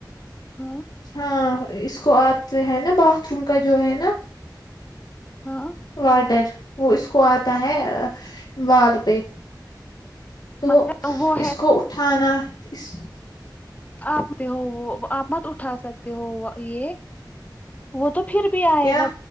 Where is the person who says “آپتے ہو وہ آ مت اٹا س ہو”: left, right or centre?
Left